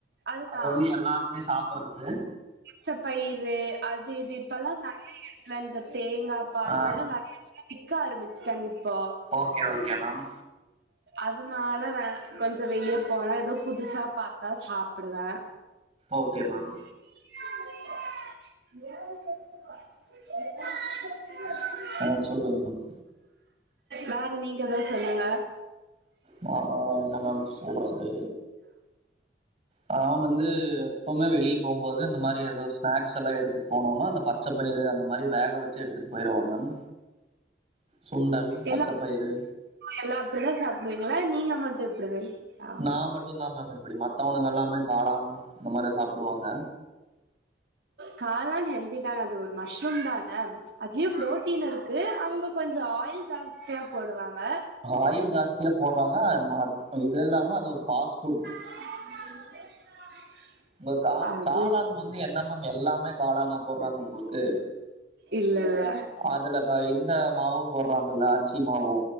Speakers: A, on the right; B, on the right.
A: அதுதா
B: அது வந்து எல்லாருமே சாப்புற்றது
A: ச பயிறு அது இது இப்பல்லா நறைய எடத்துல இந்த தேங்காய் பால்
B: ஆ
A: இதெல்லா நறைய எடத்துக் விக்க ஆரம்மிச்ட்டாங்க இப்போ
B: ஓகே ஓகே மேம்
A: அதனால வே கொஞ்சோ வெளியே போனா ஏதோ புதுசா பாத்தா சாப்பிடுவே
B: ஓகே மேம்
A: <unintelligible>
B: ஆ சொல்லுங்க மேம்
A: வேற நீங்க ஏதாவது சொல்லுங்க
B: நா என்ன மேம் சொல்றது நா வந்து எப்பவுமே வெளியே போம்போது இந்த மாரி ஏதோ ஸ்நாக்ஸ் எல்லா எடுத்துட் போனோன்னா அந்த பச்சைப்பயிறு அந்த மாதிரி வேக வச்சு எடுத்துட்டு போயிருவோ மேம் சுண்டல் பச்சப்பயிறு
A: எல்லா எல்லா அப்டிதா சாப்டுவீங்களா நீங்க மட்டு இப்டிதா ஆ
B: நா மட்டு தா மேம் இப்டி மத்தவனுங்க எல்லாமே காளான் அந்த மாரி சாப்பிடுவாங்க
A: காளான் ஹெல்தி தானே அது ஒரு மஷ்ரூம் தானே அதுலயு ப்ரோட்டீன் இருக்கு அவங்க கொஞ்சோ ஆயில் ஜாஸ்தியா போடுவாங்க
B: ஆயில் ஜாஸ்தியா போட்றாங்க ஆ இது இல்லாம அது ஒரு ஃபாஸ்ட் ஃபுட்
A: <inaudible>
B: இப்ப கா
A: அது
B: காளான் வந்து என்ன மேம் எல்லாமே காளானா போட்றாங்க உங்களுக்கு
A: இல்ல இல்ல
B: அதுல வ இந்த மாவு போட்றாங்கல்ல அரிசி மாவு